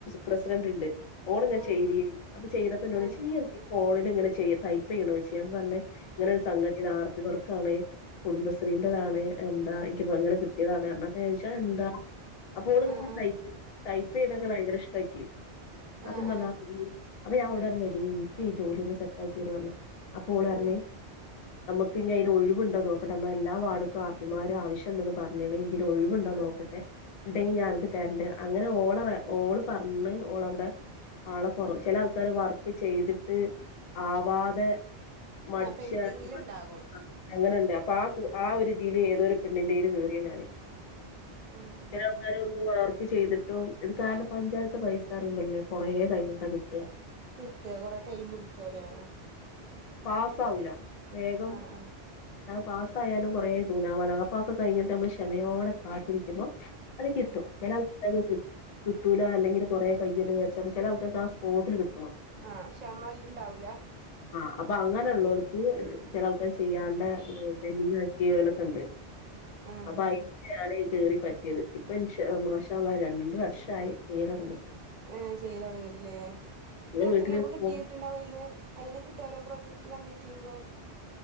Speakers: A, on the left; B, on the right.
A: പ്രസിഡന്റ് ഇണ്ട് ഫോണ്ങ്ങനെ
B: ആഹ്
A: ചെയ്തീനി അപ്പ ചെയ്തപ്പന്നോടോയ്ച്ച്
B: ആഹ്
A: നീ എന്താ ഫോണില്ങ്ങനെ ചെയ്യ് ടൈപ്പെയ്യ്ണോയ്ച്ച് അപ്പ പർഞ്ഞ് ഇങ്ങനൊരു സംഗതാണ് ആർപ്പി വർക്കാണ് കുടുംബശ്രീന്റതാണ് എന്താ എനിക്ക്പ്പോ അങ്ങനെ കിട്ടിയതാണ്ന്നർഞ്ഞപ്പൊ ചോയ്ച്ചു. ആ എന്താ അപ്പോള്
B: ആഹ്
A: ടൈപ്പ്
B: ആഹ്
A: ടൈപ്പെയ്തൊക്കെ ഭയങ്കര ഇഷ്ടാക്കി അപ്പ
B: ആഹ് ആഹ്
A: എന്താണ്
B: ആഹ്
A: ആ <unintelligible> അപ്പഞാൻ ഓളോടർഞ്ഞി എടീ ഇൻക്ക് ഈ ജോലി ഒന്ന് സെറ്റാക്കിരോ അപ്പൊ ഓളർഞ്ഞി
B: ആഹ്
A: നമുക്ക് ഇനി ഐല് ഒഴിവ്ണ്ടോ നോക്കട്ടെ നമ്മ എല്ലാ വർഡ്ർക്കും ആർപ്പിമാരെ ആവശ്യണ്ട്ന്ന് പർഞ്ഞ്ണ് ഇതിലൊ ഒഴിവുണ്ടോ
B: ആഹ്
A: നോക്കട്ടെ ഉണ്ടെങ്കി ഞാൻ അനക്ക് തരണ്ട് അങ്ങനെ ഓള ഓള് പറഞ്ഞ് ഓളവിടെ ആളെ കൊറ ചില ആൾക്കാാര് വർക്ക് ചെയ്തിട്ട് ആവാതെ മടിച്ച
B: ആ പെൻഡിങ്ങില്ണ്ടാകും
A: <inaudible> അങ്ങനെ അപ്പൊ ആ ആ ഒരു രീതിയിയില് ഏതൊരു പെണ്ണിന്റെയില് കേറിയ.. ഞാാന്.
B: ആഹ് ആഹ്
A: ചിലാൾക്കാരെ <unintelligible> ചെയ്തിട്ടും ഇത് കാരണം പഞ്ചായത്ത് പൈസ അറിയുമ്പല്ലേ കുറേ കഴിഞ്ഞിട്ട് കി
B: കിട്ടുക കൊറ ടൈം എടുക്കുവല്ലേ
A: പാസ ആവൂല വേഗം.
B: ആഹ് ആഹ്
A: പാസ്സായാലും കുറേ തൂനാമല അപ്പൊ അക്കെ കഴിഞ്ഞിട്ട് നമ്മൾ ക്ഷമയോടെ കാത്തിരിക്കുമ്പോ അത് കിട്ടും
B: ആഹ്
A: <inaudible> കിട്ടൂല അല്ലെങ്കിൽ കുറേ കയ്യൊ കയച്ച ചില ആൾക്കക്ക് ആ സ്പോട്ടിൽ കിട്ടും
B: ആഹ ക്ഷമ എല്ല ഇണ്ടാവൂല
A: ആ അപ്പൊ അങ്ങനെ ഉള്ളവർക്ക് ചില ആൾക്കാർ ചെയ്യാണ്ട പെന്റിംഗ് ആക്കിയലൊക്കെ ഉണ്ട്
B: ആഹ്
A: അപ്പൊ
B: ആഹ്
A: അയി <unintelligible> ആാണ് കയറി പറ്റിയത് ഇപ്പൊ ഇൻഷ മാശ രണ്ട് വർഷമായി കീറിങ്ങി
B: ഏ ചെയ്യിൽ തുടങ്ങിട്ടില്ലേ
A: പിന്നെ
B: ഇപ്പൊ എത്ര
A: വീട്ടിലിരുന്ന്
B: രൂപ കിട്ടിട്ടുണ്ടാവയിൽന്ന്
A: പോകും.
B: എങ്ങനെ കി ഓരോ പ്രോജക്ട് കംപ്ലീറ്റീയ്യുമ്പോ